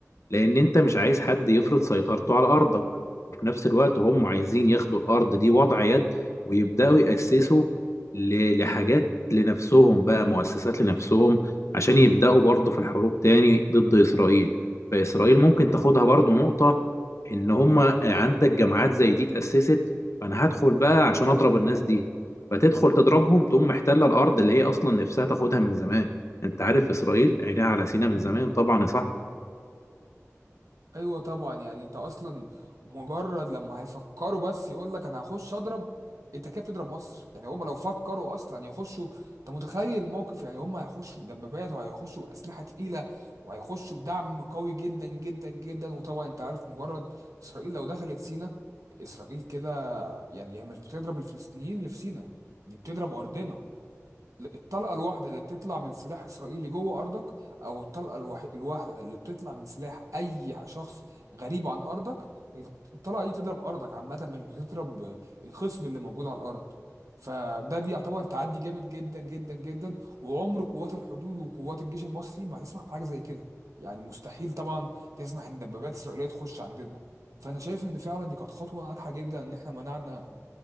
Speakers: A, on the left; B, on the right.
A: لان انت مش عايز حد يفرض سيطرته على ارضك وفي نفس الوقت هم عايزين ياخدوا الارض دي وضع يد ويبداوا ياسسوا ل- لحاجات لنفسهم بقى مؤسسات لنفسهم عشان يبداوا برضه في الحروب تاني ضد اسرائيل فاسرائيل ممكن تاخدها برضه نقطة ان هم عندك جماعات زي دي اتاسست فانا هدخل بقى عشان اضرب الناس دي فتدخل تضربهم تقوم محتلة الارض اللي هي اصلا نفسها تاخدها من زمان انت عارف اسرائيل عينيها على سينا من زمان طبعا يا صاحبي
B: ايوه طبعا يعني انت اصلا مجرد لما هيفكروا بس يقول لك انا هخش اضرب انت كده بتضرب مصر يعني هم لو فكروا اصلا يخشوا انت متخيل الموقف يعني هم هيخشوا بدبابات وهيخشوا باسلحه تقيله وهيخشوا بدعم قوي جدا جدا جدا وطبعا انت عارف مجرد اسرائيل لو دخلت سينا اسرائيل كده يعني هي مش بتضرب الفلسطينيين اللي في سينا دي بتضرب أرضنا الطلقة الواحدة اللي بتطلع من سلاح إسرائيلي جوه أرضك أو الطلقة الوح- الواحدة اللي بتطلع من سلاح أي شخص غريب عن أرضك الطلقة دي تضرب أرضك عامة مش بتضرب الخصم اللي موجود على الأرض فده بيعتبر تعدي جامد جدا جدا جدا وعمر قوات الحدود وقوات الجيش المصري ما هتسمح بحاجة زي كده يعني مستحيل طبعا تسمح إن دبابات إسرائيلية تخش عندنا فأنا شايف إن فعلا دي كانت خطوة ناجحة جدا إن إحنا منعنا